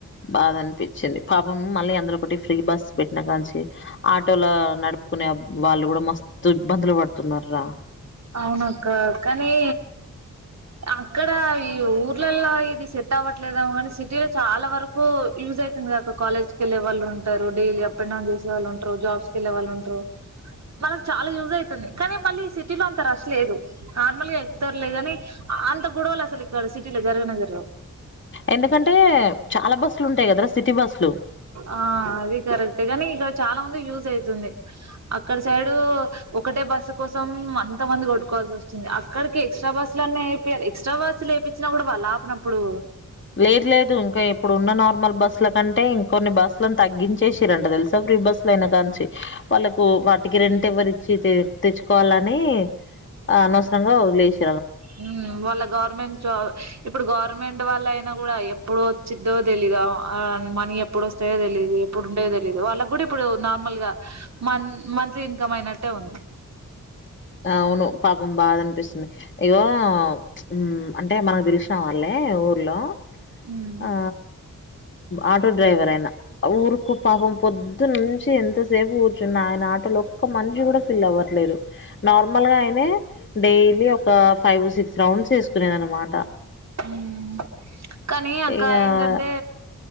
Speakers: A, on the left (about 35°); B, on the right (about 55°).
A: బాధ అనిపి వచ్చింది పాపం మళ్ళీ అందులో ఒకటి. ఫ్రీ బస్సు పెట్టిన కాంచి ఆటోల నడుపుకునే వాళ్ళు కూడా మస్త్ తు ఇబ్బందులు పడుతున్నరు రా
B: అవునక్క కానీ అక్కడ ఈ ఊర్లల్లో ఇది సెట్ అవ్వట్లేదుమొ, కానీ సిటీలో చాలా వరకు యూజ్ అయితుందిగ అక్క. కాలేజ్ కి వెళ్లే వాళ్ళు ఉంటారు, డైలీ అప్ అండ్ డౌన్ చేసేవాళ్ళు ఉంటారు, జాబ్స్ కి వెళ్ళే వాళ్ళు ఉంటారు, మనకి చాలా యూజ్ అవుతుంది. కానీ మళ్ళీ సిటీ సిటీలో అంత రష్ లేదు. నార్మల్ గా ఎకుతారులే గాని అంత గొడవలు అసలు ఇక్కడ సిటీలో జరగనే జరగవ్.
A: ఎందుకంటే చాలా బస్సులు ఉంటాయి కదరా సిటీ బస్సులు
B: ఆ అది కరెక్ట్ కానీ ఇక చాలా మం యూజఅవుతుంది. అక్కడ సైడ్ ఒకటే బస్సు కోసం అంత మంది కొట్టుకోవాల్సి వస్తుంది. అక్కడికి ఎక్స్ట్రా బస్సు లన్న ఎపి ఎక్స్ట్రా బస్సులు వేపిచినా కూడా వాళ్ళు ఆపనప్పుడు
A: లేదు లేదు ఇంకా ఇప్పుడున్న నార్మల్ బస్సుల కంటే ఇంకో కొన్ని బస్సులను తగ్గించేసిరంట తెలుసా. ఫ్రీ బస్సులు అయినా కాంచి వాళ్ళకు, వాటికి రెంట్ ఎవరు ఇచ్చి తె తెచ్చుకోవాలని అనవసరంగా ఒదిలేసి
B: హుమ్ వాళ్ళ గవర్నమెంట్ జాబ్ ఇప్పుడు గవర్నమెంట్ వాళ్ళ అయినా కూడా ఎప్పుడు వచ్చిద్దొ తెలీదు. ఆ మనీ ఎప్పుడు వస్తాయో తెలీయదు. ఎప్పుడు ఉంటాయో తెలియదు. వాళ్ళకి కూడా ఇప్పుడు నార్మల్గా మ మంత్లీ ఇన్కమ్ అయినట్టే ఉంది.
A: ఆ అవును పాపం బాధ అనిపిస్తుంది. ఇగో హుమ్ అంటే మనకు తెలిసిన వాళ్ళే ఊర్లో
B: ఉమ్
A: ఆ ఆటో డ్రైవరైనా ఊరుకు పాపం పొద్దు నుంచి ఎంతసేపు కూర్చున్నా ఆయన ఆటోల ఒక్క మనిషి కూడా ఫిల్ అవ్వట్లేరు. నార్మల్ గా అయినే డైలీ ఒక ఫైవ్ సిక్స్ రౌండ్స్ వేసుకునేది అన్నమాట.
B: ఉమ్ కానీ అక్క
A: ఇగ
B: ఏంటంటే